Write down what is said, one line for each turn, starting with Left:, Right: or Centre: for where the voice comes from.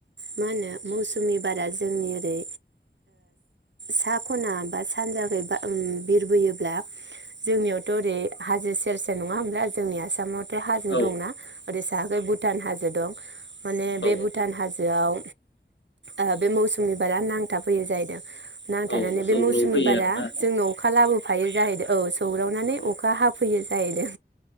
Right: मा होनो मौसुमि बारा जोंनि ओरै सा खना बा सानजाखै बा बिरबोयोब्ला जोंनियावथ ओरै हाजो सेर सेर नङा होमब्ला जोंनि आसामावथ हाजो
Left: औ
Right: दंना ओरै साहाखै भुटान हाजो दं माने
Left: औ
Right: बे भुटान हाजोआव ओ बे मौसुमनि बारा नांथाबफैयो जाहैदों ना
Left: औ
Right: थानानै
Left: सौग्रौ
Right: बे मौसुमि
Left: फैयो
Right: बारा
Left: आरोना
Right: जोंनोव अखा लाबो थायो जाहैदों औ सौग्रावनानै
Left: औ
Right: अखा हाफैयो जाहैदों